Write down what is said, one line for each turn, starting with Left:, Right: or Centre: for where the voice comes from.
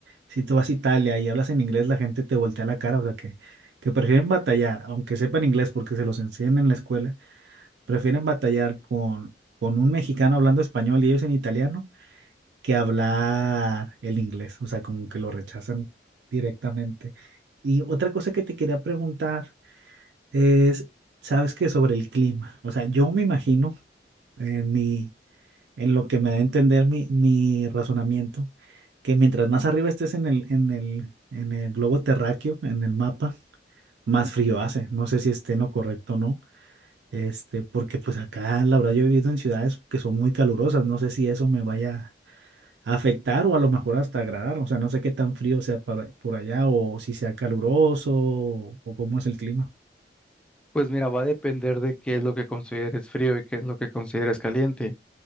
Right: si tú vas a Italia y hablas en inglés, la gente te voltea la cara, o sea que, que prefieren batallar, aunque sepan inglés porque se los enseñan en la escuela, prefieren batallar con, con un mexicano hablando español y ellos en italiano que hablar el inglés, o sea, como que lo rechazan directamente. Y otra cosa que te quería preguntar es, ¿sabes qué sobre el clima? O sea, yo me imagino en mi en lo que me da a entender mi, mi razonamiento, que mientras más arriba estés en el, en el, en el globo terráqueo, en el mapa, más frío hace. No sé si esté en lo correcto o no, este, porque pues acá, la verdad, yo he vivido en ciudades que son muy calurosas, no sé si eso me vaya a afectar o a lo mejor hasta agradar, o sea, no sé qué tan frío sea para- por allá o si sea caluroso o, o cómo es el clima.
Centre: Pues mira, va a depender de qué es lo que consideres frío y qué es lo que consideres caliente.